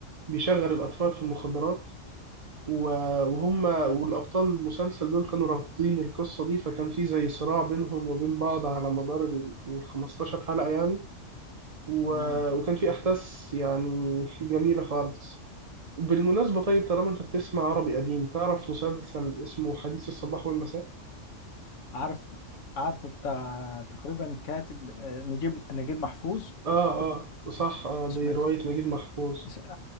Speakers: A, on the right; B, on the left.
A: بيشغل الأطفال في المخدرات و- وهم والأبطال المسلسل دول كانوا رافضين القصة دي فكان في زي صراع بينهم وبين بعض على مدار ال ال 15 حلقة يعني و-
B: تمام
A: وكان في أحداث يعني جميلة خالص بالمناسبة طيب طالما أنت بتسمع عربي قديم تعرف مسلسل اسمه حديث الصباح والمساء؟
B: عارفه عارفه بتاع تقريبا كاتب آه، نجيب نجيب محفوظ
A: آه آه صح آه
B: سمعته
A: دي رواية نجيب محفوظ
B: اس- اه